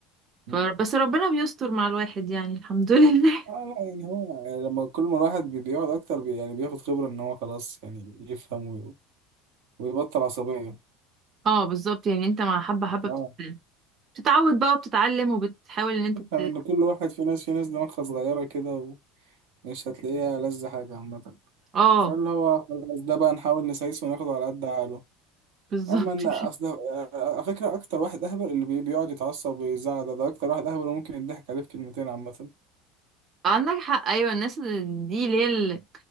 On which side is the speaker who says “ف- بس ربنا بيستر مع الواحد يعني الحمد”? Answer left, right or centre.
Right